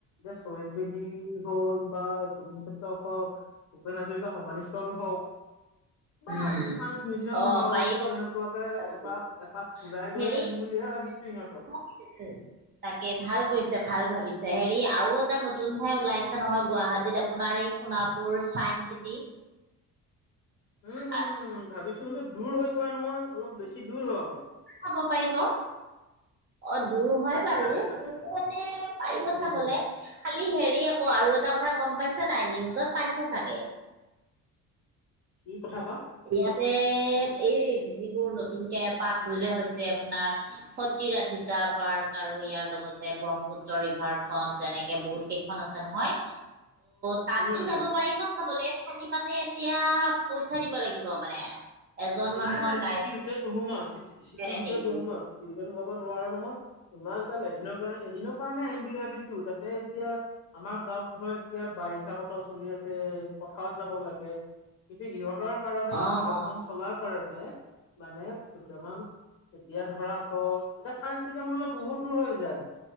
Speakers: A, on the left (about 55°); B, on the right (about 35°).
A: যে শ্বহীদ বেদী হ'ল বা জুবিন ক্ষেত্ৰ হওক ভূপেন হাজৰিকা সভাৰীস্থল হওক। বা
B: উম
A: চাইন্স মিজিয়াম
B: অ
A: হল
B: পাৰিব
A: তেনেকুৱাকে
B: যাবলে।
A: এক। এপাক ফুৰাই লৈ
B: হেৰি
A: আহিম বুলিহে ভাবিছি সিহঁতক।
B: <unintelligible> তাকে ভাল কৰিছে ভাল ভাবিছে হেৰি আও এটা নতুন ঠাই ওলাইছে নহয় গুৱাহাটীত আপোনাৰ এই সোণাপুৰ ছায়েন্ঞ্চ চিটি।
A: উম
B: আৰু
A: ভাবিছো নো দূৰ হৈ পৰে নহয় অলপ বেছি দূৰ হয়।
B: খাব পাৰিব। অ দূৰ হয়
A: তাকে
B: বাৰু
A: তাকে তাকে
B: কিন্তু
A: তাকে
B: মানে পাৰিব
A: দূৰ
B: চাবলে।
A: হয়
B: খালি হেৰি আকৌ আৰু এটা কথা গম পাইছো নাই নিউজত পাইছে চাগে।
A: কি কথা বা?
B: ইয়াতে এই যিবোৰ নতুনকে পাতবোৰ যে হৈছে আপোনাৰ সতীৰাধিকা পাৰ্ক আৰু ইয়াৰ লগতে ব্ৰহ্মপুত্ৰ ৰিভাৰ ফ্ৰন্ট এনেকে বহুত কেই আছে নহয় ত' তাতো
A: উম
B: যাব পাৰিব চাবলৈ খালি মানে এতিয়া পইচা দিব লাগিব মানে। এজন মানুহৰ
A: নাই নাই
B: গাই
A: চিটিৰ ভিতৰত নোসোমাও, চিটিৰ
B: হেৰি
A: ভিতৰত
B: কৰি
A: নোসোমাও, চিটিৰ ভিতৰত সোমাব নোৱাৰো নহয়। ইমান যাম এদিনৰ কাৰণ এদিনৰ কাৰণে আহিম বুলি ভাবিছো তাতে এতিয়া আমাৰ গাঁওত ধৰ এতিয়া বাৰিষা বতৰ চলি আছে পথাৰত যাব লাগে। কিন্তু ইহঁতৰ কাৰণে
B: অ
A: আমাৰ দহজন
B: অ
A: চলাৰ কাৰণে মানে দুটামান এতিয়া ধৰা হওক এতিয়া চাই পিছামানলে বহুত দূৰ হৈ যায়।